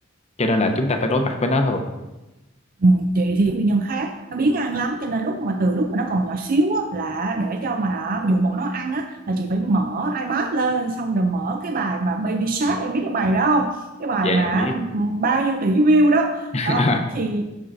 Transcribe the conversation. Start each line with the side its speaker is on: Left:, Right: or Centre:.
Left: cho nên là chúng ta phải đối mặt với nó thôi
Right: Ừ, chị thì nguyên nhân khác nó biếng ăn lắm cho nên lúc mà từ lúc mà nó còn nhỏ xíu á, là để cho mà dụ bọn nó ăn á là chị phải mở iPad lên xong rồi mở cái bài mà Baby Shark em biết cái bài đó không cái bài
Left: dạ em
Right: mà
Left: biết
Right: ừ, bao nhiêu tỷ view đó
Left: <laughs>
Right: đó thì